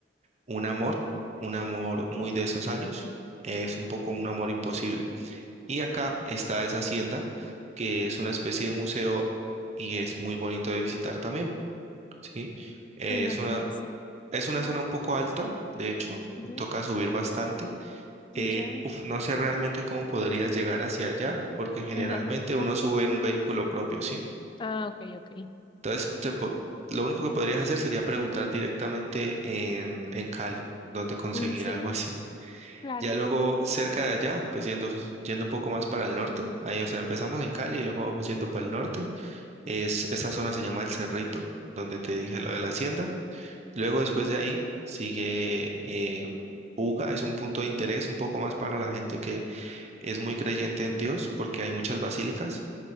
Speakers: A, on the right (about 40°); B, on the left (about 25°).
A: un amor, un amor muy de esos años, es un poco un amor imposible. Y acá está esa hacienda, que es una especie de museo y es muy bonito de visitar también, ¿sí? Eh,
B: Me imagino
A: es una,
B: que sí.
A: es una zona un poco alta, de hecho,
B: Ujú,
A: toca subir bastante. Eh,
B: Ya.
A: uf, no sé realmente cómo podrías llegar hacia allá, porque generalmente
B: <laughs>
A: uno sube en un vehículo propio, ¿sí?
B: Ah, ok, ok.
A: Entonces, se po- lo único que podrías hacer sería preguntar directamente en, en Cali, dónde conseguir
B: Mm, Sí,
A: algo así.
B: claro.
A: Ya luego cerca de allá, pues yendo, yendo un poco más para el norte, ahí, o sea, empezamos en Cali y luego vamos yendo para el norte. Es, esa zona se llama El Cerrito, donde te dije lo de la hacienda. Luego después de ahí sigue eh, Buga, es un punto de interés un poco más para la gente que es muy creyente en Dios, porque hay muchas basílicas.